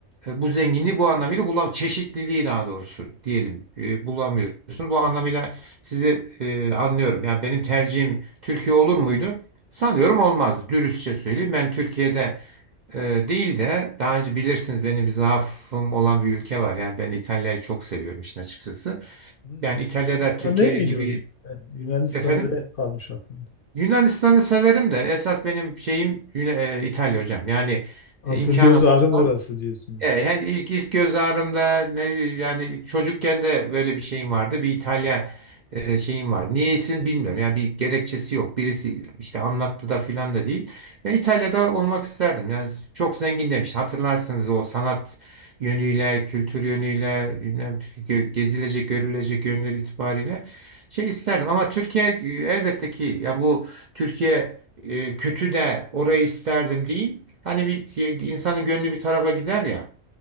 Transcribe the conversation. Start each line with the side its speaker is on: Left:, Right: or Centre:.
Right: e, bu zenginliği bu anlamıyla bulam çeşitliliği daha doğrusu diyelim e, bulamıyorsunuz. Bu anlamıyla sizi e, anlıyorum. Yani benim tercihim Türkiye olur muydu? Sanıyorum olmaz. Dürüstçe söyleyeyim. Ben Türkiye'de e, değil de daha önce bilirsiniz benim bir zaafım olan bir ülke var. Yani ben İtalya'yı çok seviyorum işin açıkçası.
Left: Hmm,
Right: Yani İtalya'da
Left: Yunanistan
Right: Türkiye
Left: değil miydi
Right: gibi
Left: hocam? Ben Yunanistan
Right: efendim
Left: diye kalmış aklımda.
Right: Yunanistan'ı severim de esas benim şeyim Yun- e, İtalya hocam. Yani
Left: Asıl
Right: e, imkanım
Left: göz ağrım
Right: olsa.
Left: orası diyorsunuz.
Right: E, yani ilk, ilk göz ağrımda ne bileyim, yani çocukken de böyle bir şeyim vardı. Bir İtalya e, şeyim var. Niyeyse bilmiyorum. Yani bir gerekçesi yok. Birisi işte anlattı da filan da değil. Ve İtalya'da olmak isterdim. Yani çok zengin demişti. Hatırlarsınız o sanat yönüyle, kültür yönüyle, bilmem, gö- gezilecek, görülecek yönleri itibariyle şey isterdim. Ama Türkiye e, elbette ki ya bu Türkiye e, kötü de orayı isterdim değil. Hani bir insanın gönlü bir tarafa gider ya.